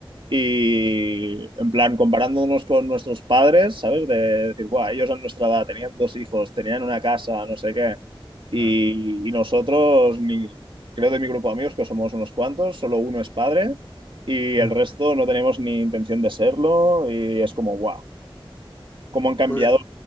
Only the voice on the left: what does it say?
Mm,
mm.
Pues